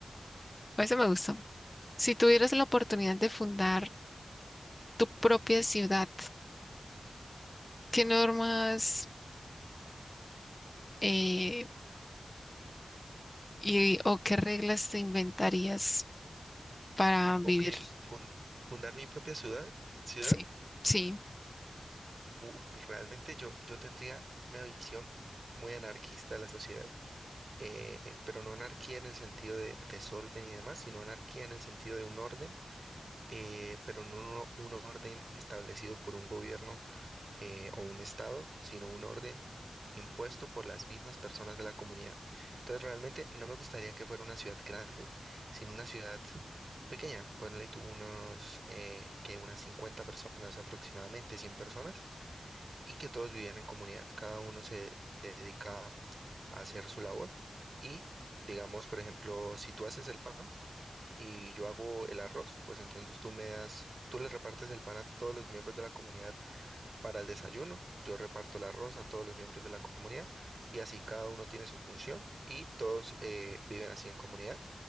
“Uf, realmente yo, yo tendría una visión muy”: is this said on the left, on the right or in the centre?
Right